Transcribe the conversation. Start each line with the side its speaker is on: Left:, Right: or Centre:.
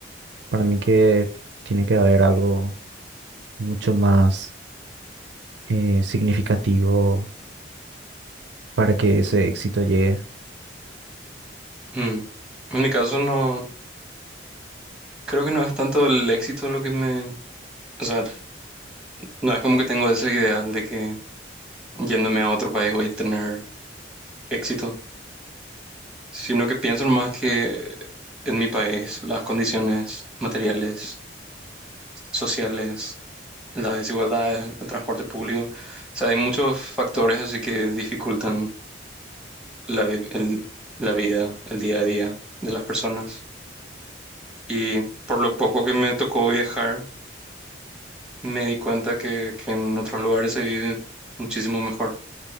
Right: Para mí que tiene que haber algo mucho más eh, significativo para que ese éxito llegue.
Centre: Mm. En mi caso no, creo que no es tanto el éxito lo que me... O sea, no es como que tengo ese ideal de que yéndome a otro país voy a tener éxito, sino que pienso más que en mi país las condiciones materiales, sociales la desigualdad en el transporte público. O sea, hay muchos factores así que dificultan la, vi- el- la vida, el día a día de las personas. Y por lo poco que me tocó viajar, me di cuenta que, que en otros lugares se vive muchísimo mejor.